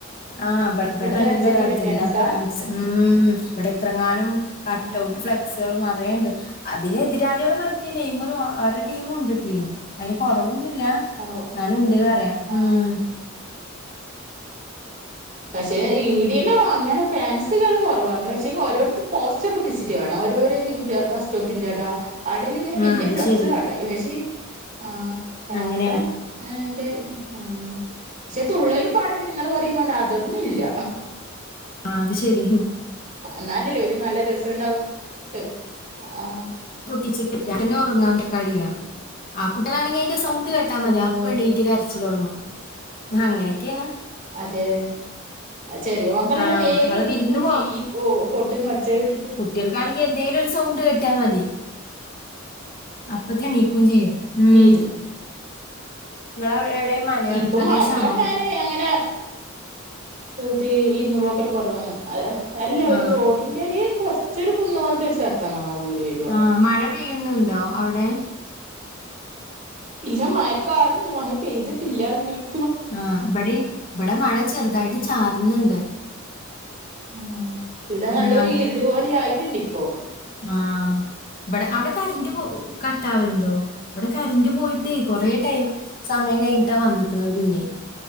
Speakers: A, on the left; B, on the right.
A: ആ ഇബടെ
B: ഫുള്ള്
A: നല്ല അർജന്റീന
B: ഫാൻസാ
A: ഫ്രാൻസ് ഉം ഇവിടെ എത്രങ്ങാനും കട്ട്ഔട്ട്
B: ആഹ്
A: ഫ്ലെക്സാള് നറേണ്ട് അതിന് എതിരാളികള് മറ്റെ നെയ്മറും അവരെ ടീമുണ്ട് ട്ട്ന് അയ്ന് കൊറവൊന്നുല്ല
B: ഓ
A: ന്നാലുണ്ട് പറയാ
B: ആഹ്
A: ഉം
B: പക്ഷെ ഇടെല്ലാം അങ്ങനെ ഫാൻസുകള് കൊറവാന്ന് പക്ഷെങ്കി ഓരോട്ത്ത് പോസ് ച്ചറൊച്ചിട്ട് കാണാ ഓരോരെ ബസ് സ്റ്റോപ്പിന്റടാ ആടെല്ലങ്ങനെ
A: ആ
B: വല്യ
A: അത്
B: ഫ്ലക്സ്
A: ശരി
B: കാണ പക്ഷേ ആ ഫാൻസ
A: അങ്ങനെയാണ്
B: ന്റെ ഉം ക്ഷെ തുള്ളലും പാടലും ങ്ങള് പറയുന്നോലെ അതൊന്നും ല്ല
A: അത് ശെരി ഹ്
B: ന്നാലല്ലേ ഒരു നല്ല രസണ്ടാവു ക് ആ
A: പൊട്ടിച്ചിട്ട് ല്ല ങ്ങനെ ഒറങ്ങാൻ കഴിയാ ആ കുട്ട്യാണാങ്കി അയ്ന്റെ സൗണ്ട് കേട്ടാ മതി
B: ഓഹ്
A: അ പ്പണീറ്റ് കരച്ചിലൊടങ്ങും അങ്ങനൊക്കേണ്
B: അതെ ചെറിയ മക്കളെല്ലാം
A: ആ
B: വേഗം
A: നിങ്ങള്
B: എണീക്കു
A: വിരുന്ന്
B: ചെയ്യും ഈ പൊട്ട്ന്നൊച്ച കേട്ട്ട്ട്
A: ട്ട്യാൾക്കാണെങ്കി എന്തേലൊരു സൗണ്ട് കെട്ട്യാ മതി അപ്പത്തെണീക്കും ചെയ്യും ഉം
B: ഇര്ന്ന്
A: നിങ്ങളെ എവിടെ മലയോര
B: ഇപ്പം
A: പ്രദേശാണോ
B: മയക്കാലം ഞാന് അങ്ങനെ ഇത് ഇരുന്ന് പോക്കല് കുറവന്ന് അല്ല
A: ആ
B: ഒരു റോഡിങ് രു കൊർച്ചൊരു കുന്ന് പോലത്തൊരു സ്ഥലത്താ നമ്മടെ വീട് വ-
A: ആ മഴ പെയ്യ്ന്നുണ്ടോ അവടെ
B: ഇല്ല മയക്കാർണ്ട് മഴ പെയ്ത്ട്ട്ല്ല നിങ്ങള-
A: ആ ഇവടിം ഇവടെ മഴ ചെറുതായിട്ട് ചാർന്ന്ണ്ട്
B: ഉം ഇടെ നല്ലൊരു
A: ഉം
B: ഇരുട്പോലായിട്ട്ണ്ട് പ്പോ
A: ആ ഇവടെ അവടെ കറന്റ് കട്ടാവൽണ്ടോ ഇവടെ കറന്റ് പോയിട്ടേ കൊറേ ടൈം സമയം കഴിഞ്ഞിട്ടാ വന്ന്ക്ക്ണത് പിന്നെ